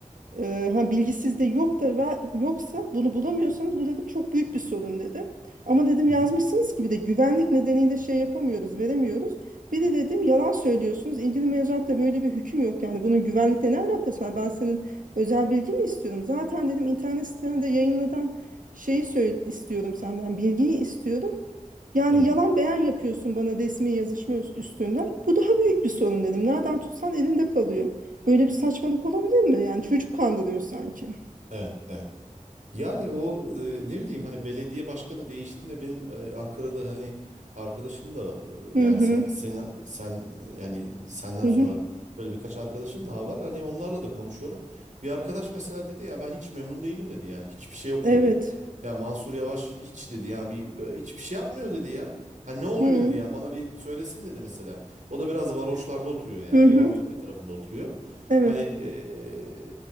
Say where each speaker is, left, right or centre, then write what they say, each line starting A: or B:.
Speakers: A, on the right (about 85°); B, on the right (about 70°).
A: e, ha bilgi sizde yok da ve- yoksa bunu bulamıyorsanız bu dedim çok büyük bir sorun dedim. Ama dedim
B: Hı
A: yazmışsınız
B: hı.
A: ki bir de güvenlik nedeniyle şey yapamıyoruz, veremiyoruz. Bir de dedim yalan söylüyorsunuz. İlgili mevzuatta böyle bir hüküm yok yani. Bunun güvenlikle ne alakası var? Ben senin özel bilgi mi istiyorum? Zaten dedim internet sitende yayınlanan şeyi söyle istiyorum senden, bilgiyi istiyorum. Yani
B: Evet.
A: yalan beyan yapıyorsun bana resmi yazışma üstünden. Bu daha büyük bir sorun dedim. Nereden tutsan elinde kalıyor. Böyle bir saçmalık olabilir mi? Yani çocuk kandırıyor sanki.
B: Evet, evet. Yani o e, ne bileyim hani belediye başkanı değiştiğinde benim e, Ankara'da hani arkadaşım da
A: Hı
B: e, yani
A: hı.
B: sen sen sen e, yani senden
A: Hı
B: sonra
A: hı.
B: böyle birkaç arkadaşım daha var. Hani onlarla da konuşuyorum. Bir arkadaş mesela dedi ya ben hiç memnun değilim dedi yani hiçbir şey yok
A: Evet.
B: dedi. Ya Mansur Yavaş hiç dedi yani bir böyle hiçbir şey yapmıyor dedi ya. Hani ne oluyor
A: Hı
B: dedi ya bana bir söylesin dedi mesela. O da biraz varoşlarda oturuyor yani
A: hı. hı.
B: Doğantepe tarafında oturuyor.
A: Evet.
B: Hani e,